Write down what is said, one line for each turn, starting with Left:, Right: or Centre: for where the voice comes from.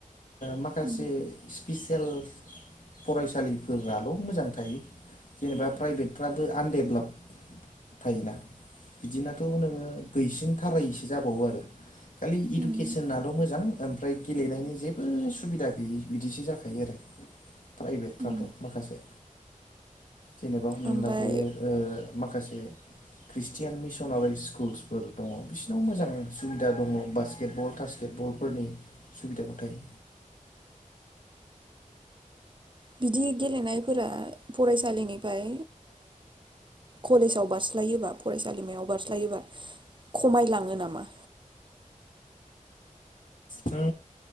Left: माखासे
Right: उम
Left: स्पिस <inaudible> हटेल फरायसालिफोराल' मोजां थायो जेनेबा प्राइभेटफ्राबो आनडेभेलप थायोना? बिदिनाथ' नोङो गैसिनथारायस बि जाबावो आरो खालि इडुकेसनाल'
Right: उम
Left: मोजां ओमफ्राय गेलेनायनि जि बो सुबिदा गैयि बिदिसो जाखायो आरो प्राइभेटफ्राथ'
Right: उम
Left: माखासे जेनेबा हमना
Right: ओमफ्राय
Left: लादो ओ माखासे ख्रिस्टियान मिसनारि स्कुलफोर दङ बिसिनाव मोजां सुबिदा दङ बास्केट बल थासकेटबलफोरनि सुबिदाफोर थायो।
Right: बिदि गेलेनायफोरा फरायसालिनिफ्राय कलेजाव बारस्लायोबा फरायसालिमायाव बारस्लायोबा खमायलाङो नामा?
Left: जों